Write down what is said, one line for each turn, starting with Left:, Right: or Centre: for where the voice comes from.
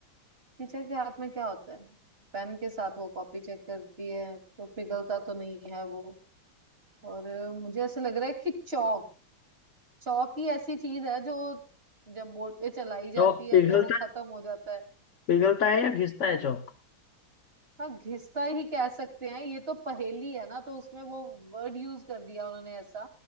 Right: टीचर के हाथ में क्या होता है पेन के साथ वो कॉपी चेक करती है तो पिघलता तो नहीं है वो और अ, मुझे ऐसे लग रहा है कि चौक चौक ही ऐसी चीज है जो जब बोर्ड पे चलाई जाती
Left: चौक
Right: है
Left: पिघलता
Right: तो वो खत्म हो जाता है
Left: पिघलता है या घिसता है चौक
Right: हाँ घिसता ही कह सकते हैं ये तो पहेली है ना तो उसमें वो वर्ड यूज कर दिया उन्होंने ऐसा